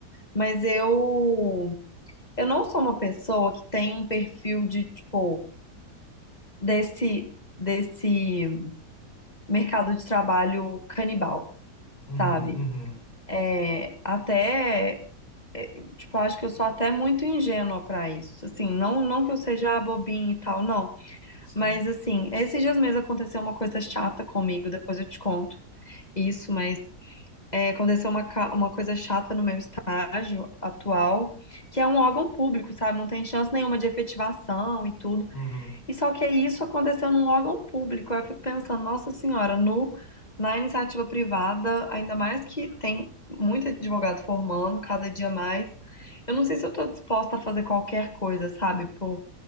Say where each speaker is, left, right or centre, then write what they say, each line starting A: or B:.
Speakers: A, on the left; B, on the left.
A: mas eu eu não sou uma pessoa que tem um perfil de tipo desse desse mercado de trabalho canibal,
B: uhum,
A: sabe?
B: uhum.
A: É, até é, tipo, acho que eu sou até muito ingênua pra isso. Assim, não não que eu seja bobinha e tal, não,
B: Sim.
A: mas assim, esses dias mesmo aconteceu uma coisa chata comigo, depois eu te conto isso, mas é, aconteceu uma, ca- uma coisa chata no meu estágio atual, que é um órgão público, sabe? Não tem chance nenhuma de efetivação e tudo.
B: Uhum.
A: E só que isso aconteceu num órgão público. Aí Eu fico pensando, nossa senhora, no, na iniciativa privada, ainda mais que tem muito advogado formando, cada dia mais. Eu não sei se eu estou disposta a fazer qualquer coisa, sabe? Por,